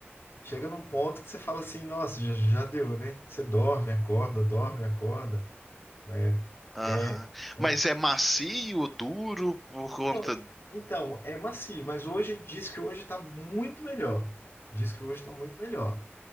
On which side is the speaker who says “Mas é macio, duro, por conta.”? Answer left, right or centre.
Centre